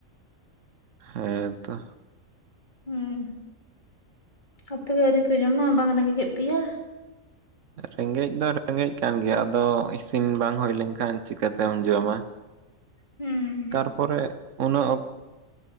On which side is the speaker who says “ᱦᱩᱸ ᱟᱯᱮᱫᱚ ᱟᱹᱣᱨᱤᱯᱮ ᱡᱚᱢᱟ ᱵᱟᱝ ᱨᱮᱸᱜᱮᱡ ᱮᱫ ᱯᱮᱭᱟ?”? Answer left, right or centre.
Left